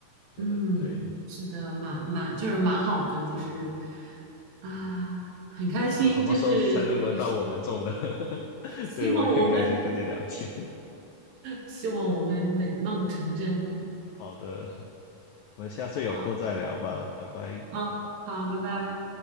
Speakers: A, on the left; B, on the right.
A: 觉得对，
B: 嗯，是的，蛮蛮就是蛮好的，就是啊，很开心，
A: 呃，什么时候才能轮到我们中呢？
B: 就是跟你说，
A: <laughs>
B: <laughs> 希望我们
A: 对，我也很开心跟你聊天。
B: 希望我们美梦成真。
A: <laughs> 好的。我们下次有空再聊吧，
B: 好，
A: 拜拜。
B: 嗯，好，拜拜。